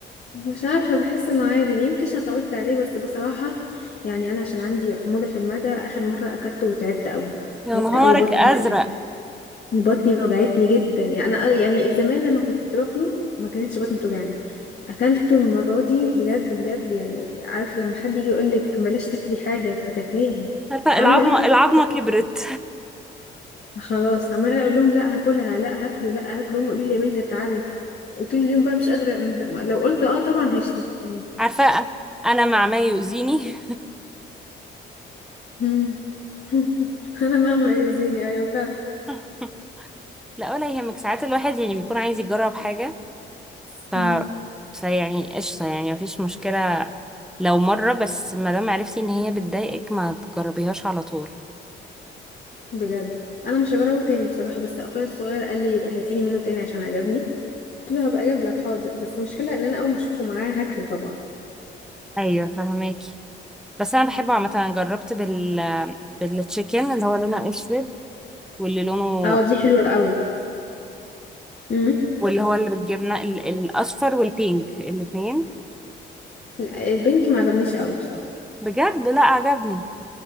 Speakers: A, on the left (about 50°); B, in the centre.
A: مش عارفه بحس انه عادي يمكن عشان اتعودت عليه بس بصراحه يعني انا عشان عندي حموضه في المعده اخر مره اكلته وتعبت قوي
B: يا
A: تعبت
B: نهارك
A: قوي بطني
B: ازرق
A: بطني وجعتني جدا يعني انا آه، يعني زمان لما كنت باكله ما كانتش بطني بتوجعني اكلته المره دي بجد بجد يعني عارف لما حد يجي يقول لك بلاش تاكلي حاجه فتاكليها
B: عارفه
A: عمال
B: العظمه
A: يقول لك
B: العظمه كبرت
A: خلاص عمال اقول لهم لا هاكلها لا هاكله لا هاكله هم يقولوا لي يا بنتي هتتعبي وطول اليوم بقى مش قادره م- لو قلت اه طبعا هيشتموني
B: عارفه انا مع ما يؤذيني
A: مم. <laughs> انا ماما يؤذيني ايوه فعلا
B: <laughs> لا ولا يهمك ساعات الواحد يعني بيكون عايز يجرب حاجه ف
A: مم.
B: فيعني قشطه يعني مفيش مشكله لو مره بس ما دام عرفتي ان هي بتضايقك ما تجربيهاش على طول
A: بجد انا مش هجربه تاني بصراحه بس اخويا الصغير قال لي يبقى هاتيلي منه تاني عشان عجبني قلت له هبقى اجيب لك حاضر بس المشكله ان انا اول ما اشوفه معاه هاكله طبعا
B: ايوه فهماكي بس انا بحبه عامه انا جربت بال بالتشيكن اللي هو لونه اسود واللي لونه
A: اه دي حلوه قوي امم
B: واللي هو اللي بالجبنه ال- الاصفر والبينك الاثنين
A: لا البنك ما عجبنيش قوي بصراحه
B: بجد لا عجبني